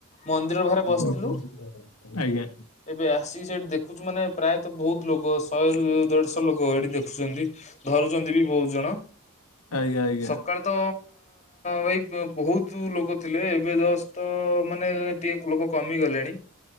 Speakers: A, on the left; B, on the left.
A: ମନ୍ଦିର ପାଖରେ ବସିଥିଲୁ,
B: ଓହୋ ଆଜ୍ଞା
A: ଏବେ ଆସିକି ସେଠି ଦେଖୁଛୁ ମାନେ ପ୍ରାୟ ତ ବହୁତ ଲୋକ ଶହେରୁ ଦେଢଶହ ଲୋକ ଏଠି ଦେଖୁଛନ୍ତି, ଧରୁଛନ୍ତି ବି ବହୁତ ଜଣ।
B: ଆଜ୍ଞା ଆଜ୍ଞା।
A: ସକାଳେ ତ ଭାଇ ବହୁତ ଲୋକ ଥିଲେ, ଏବେ ଜଷ୍ଟ ମାନେ ଟିକେ ଲୋକ କମିଗଲେଣି।